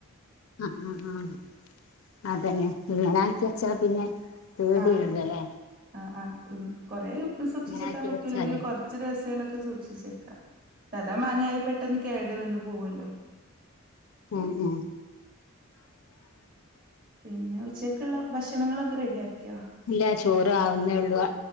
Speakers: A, on the left; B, on the right.
A: ആഹ് ആഹ് ആഹ് അതന്നെ ഇങ്ങനെ ആക്കി വച്ചാ പിന്നെ കേട്
B: ആഹ്
A: ഇല്ലല്ലേ
B: ആഹ് ആഹ് ഉം കൊറെ സൂക്ഷിച്ചെക്കാൻ
A: ഇങ്ങനെ ആക്കി
B: പറ്റൂല്ലെങ്കിൽ
A: വെച്ചാലേ
B: കൊറ ച്ച് ദിവസയിലൊക്കെ സൂക്ഷിച്ചേക്കാം സദാ മാങ്ങായി പെട്ടെന്ന് കേട് വന്ന് പോവല്ലോ
A: ഉം ഉം
B: പിന്നെ ഉച്ചക്കുള്ള ഭക്ഷണങ്ങളൊക്കെ റെഡിയാക്കിയോ
A: ഇല്ല ചോറ് ആവുന്നേ ഉള്ളൂ അ